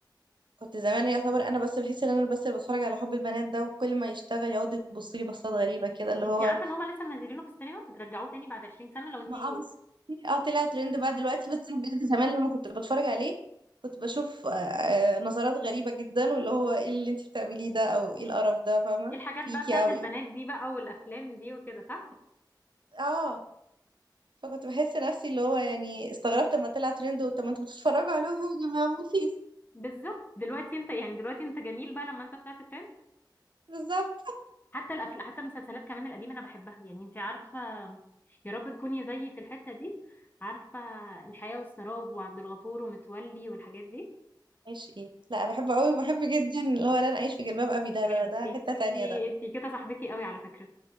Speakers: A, on the right; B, on the left.
A: كنت زمان يعتبر انا بس بحس ان انا بس اللي بتفرج على حب البنات ده وكل ما يشتغل يقعد يبص لي بصات غريبه كده اللي
B: انت
A: هو
B: عارفه ان هما لسه منزلينه في السينما رجعوه تاني بعد 20 سنه لو انت
A: ما
B: ايه
A: اه بس اه طلع ترند بقى دلوقتي بس أنا بجد زمان لما كنت بتفرج عليه كنت بشوف آه، آه، نظرات غريبه جدا واللي هو ايه اللي انت بتعمليه ده او ايه القرف ده فاهمه
B: الحاجات
A: فيكي
B: بقى بتاعت
A: قوي
B: البنات دي بقى والافلام دي وكده صح
A: اه فكنت بحس نفسي اللي هو يعني استغربت لما طلع ترند طب ما انتوا بتتفرجوا عليه يا جماعه عمال في ايه
B: بالظبط دلوقتي انت يعني دلوقتي انت جميل بقى لما انت طلعت ترند
A: بالظبط
B: حتى الأفل... حتى المسلسلات كمان القديمة أنا بحبها يعني أنت عارفة يا رب تكوني زيي في الحتة دي عارفة الحياة والسراب وعبد الغفور ومتولي والحاجات دي
A: عايش ايه لا بحبه قوي وبحب جدا اللي هو لن اعيش في جلباب ابي ده
B: بجد
A: ده ده
B: انتي
A: حته تانية ده
B: انتي كده صاحبتي قوي على فكرة